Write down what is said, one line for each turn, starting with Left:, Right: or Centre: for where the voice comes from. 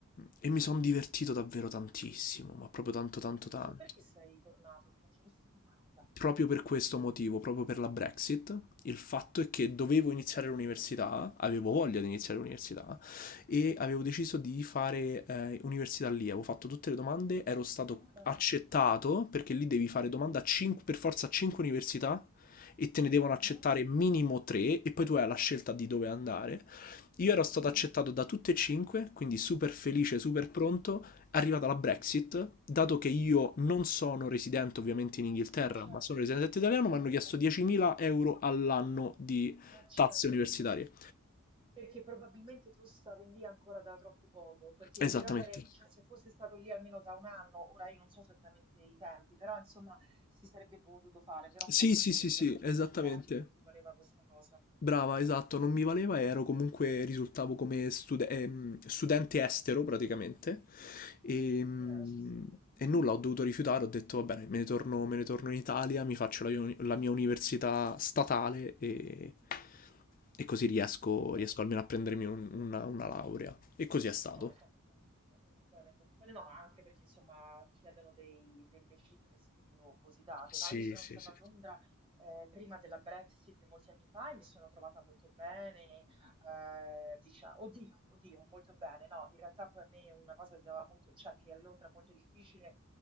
Left: e mi sono divertito davvero tantissimo, ma proprio tanto tanto
Right: E scusa,
Left: tanto
Right: perché sei tornato? Ti faccio questa domanda.
Left: proprio per questo motivo, proprio per la Brexit, il fatto è che dovevo iniziare l'università, avevo voglia di iniziare l'università e avevo
Right: Mhm.
Left: deciso di fare eh, università lì, avevo fatto tutte le domande, ero stato
Right: Ma dai.
Left: accettato perché lì devi fare domanda a cinque- per forza a 5 università e te ne devono
Right: Mhm,
Left: accettare minimo 3 e poi tu hai la scelta di dove andare. Io ero stato
Right: mhm,
Left: accettato da tutte e cinque, quindi super felice,
Right: mhm.
Left: super pronto, arrivata la Brexit, dato che io non sono residente ovviamente in Inghilterra,
Right: Eh certo,
Left: ma sono residente
Right: eh
Left: italiano,
Right: certo,
Left: mi hanno chiesto 10.000 euro all'anno di
Right: eh certo.
Left: tasse universitarie.
Right: Perché probabilmente tu stavi lì ancora da troppo poco, perché
Left: Esattamente.
Right: in genere, cioè, se fosse stato lì almeno da un anno, ora io non so esattamente i tempi, però insomma si sarebbe potuto fare, però
Left: Sì,
Right: forse
Left: sì,
Right: stavi
Left: sì,
Right: lì
Left: sì,
Right: da troppo
Left: esattamente.
Right: poco tempo e non ti valeva questa cosa.
Left: Brava, esatto, non mi valeva, ero comunque, risultavo come stude- ehm, studente estero praticamente e,
Right: Però,
Left: mm,
Right: sì, sì.
Left: e
Right: Mm,
Left: nulla, ho dovuto rifiutare, ho detto va bene, me ne torno, me ne torno in Italia, mi faccio la, uni- la mia università statale e, e così riesco,
Right: Bene.
Left: riesco almeno a prendermi un- una, una laurea. E così è stato,
Right: No, hai fatto bene, hai fatto bene, hai fatto bene, no, ma anche perché insomma chiedono dei- delle cifre spropositate,
Left: Sì,
Right: no? Io sono
Left: sì,
Right: stata
Left: sì.
Right: a Londra eh, prima della Brexit molti anni fa e mi sono trovata molto bene, eh, diciamo, oddio, oddio, molto bene, no? In realtà poi a me una cosa che dava molto, cioè che a Londra è molto difficile